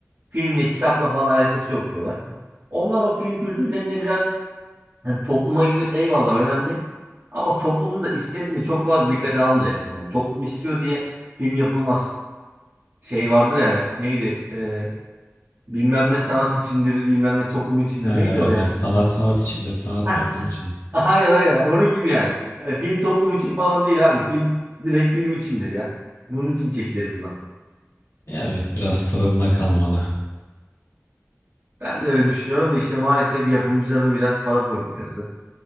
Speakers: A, on the right; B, on the left.
A: Filmle, kitapla falan alakası yok diyorlar. Onlar o film kültürlerine biraz Hani topluma hizmet eyvallah önemli. Ama toplumun da istediğini çok fazla dikkate almayacaksın yani. Toplum istiyor diye film yapılmaz. Şey vardır yani neydi? Ee, bilmem ne sanat içindir, bilmem ne toplum içindir.
B: Ha,
A: Neydi
B: evet
A: o ya?
B: evet sanat sanat içindir sanat
A: Hah,
B: toplum
A: <laughs>
B: içindir.
A: aynen aynen. Onun gibi yani. Yani film toplum için falan değil abi. Film direkt film içindir ya. Bunun için çekilir bunlar.
B: Ya evet biraz tadında kalmalı.
A: Ben de öyle düşünüyorum da işte maalesef yapımcıların biraz para politikası.